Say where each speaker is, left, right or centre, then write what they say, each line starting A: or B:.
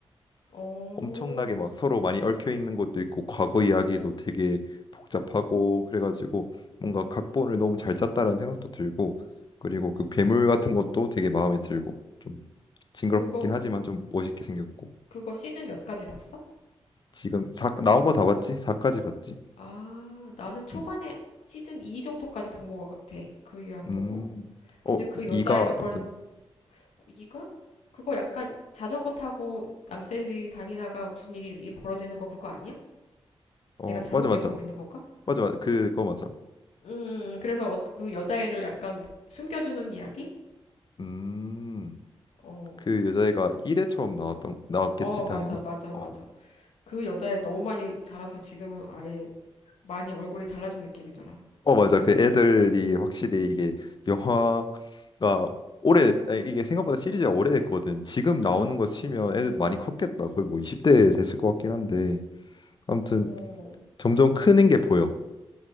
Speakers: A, on the left (about 90°); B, on the left (about 45°).
A: 어,
B: 엄청나게 막 서로 많이 얽혀 있는 것도 있고 과거 이야기도 되게 복잡하고 그래가지고 뭔가 각본을 너무 잘 짰다라는 생각도 들고 그리고 그 괴물 같은 것도 되게 마음에 들고 좀 징그럽긴
A: 그거,
B: 하지만 좀 멋있게 생겼고
A: 그거 시즌 몇까지 봤어?
B: 지금 사 나온 거 다 봤지? 4까지 봤지?
A: 아, 나는 초반에
B: 음,
A: 시즌 2 정도까지 본 거 같아. 그 이후 안
B: 음.
A: 보고.
B: 어,
A: 근데 그
B: 이-
A: 여자애가
B: 이가 어떤,
A: 벌써 뭐 이거? 그거 약간 자전거 타고 남자들이 다니다가 무슨 일이 일 벌어지는 거 그거 아니야?
B: 어,
A: 내가 잘못
B: 맞아, 맞아.
A: 기억하고 있는 건가?
B: 맞아, 맞아. 그거 맞아.
A: 음, 그래서 어- 그 여자애를 약간 숨겨주는 이야기?
B: 음,
A: 어,
B: 그 여자애가 1회 처음 나왔던, 나왔겠지,
A: 어, 맞아,
B: 당연히.
A: 맞아, 맞아.
B: 어,
A: 그 여자애 너무 많이 자라서 지금은 아예 많이 얼굴이 달라진 느낌이더라.
B: 어, 맞아. 그 애들이 확실히 이게 영화가 오래, 아니, 이게 생각보다 시리즈가 오래됐거든. 지금
A: 음,
B: 나오는 거 치면 애들 많이 컸겠다. 거의 뭐 20대 됐을 것 같긴 한데. 아무튼
A: 어,
B: 점점 크는 게 보여.